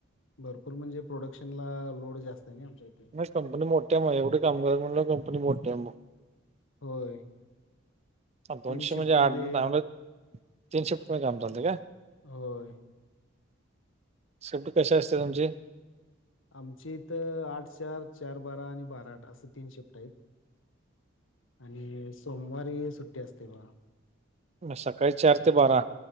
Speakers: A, on the left; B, on the right.
A: भरपूर म्हणजे. प्रोडक्शन ला लोड जास्तय नी. आमच्या इथे.
B: कंपनी मोठी आहे म एवढे काम करायच म्हणजे कंपनी मोठ्या आ म
A: होय
B: दोनशे
A: तीन शिफ्टमध्ये
B: म्हणजे आठ <inaudible> तीन शिफ्ट म्हण काम चालते का?
A: होय
B: शिफ्ट कशी असत्या तुमची?
A: आमची इथ आठ चार चार बारा आणि बारा आठ असं तीन शिफ्ट आहीत आणि सोमवारी सुट्टी असते बघा
B: म सकाळी चार ते बारा